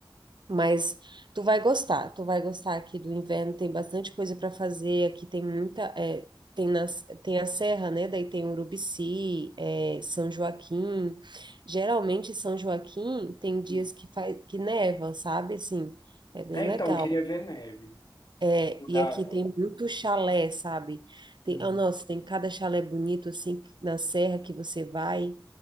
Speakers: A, on the right (about 65°); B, on the left (about 55°).
A: Mas tu vai gostar, tu vai gostar aqui do inverno, tem bastante coisa para fazer, aqui tem muita, é, tem, nas, tem a serra, né? Daí tem Urubici, é, São Joaquim. Geralmente São Joaquim tem dias
B: Hum.
A: que faz, que neva, sabe? Assim, é bem
B: É, então,
A: legal.
B: eu queria ver neve.
A: É,
B: Algum lugar.
A: e aqui tem muito chalé, sabe? Tem,
B: hum.
A: ah, nossa, tem cada chalé bonito assim na serra que você vai.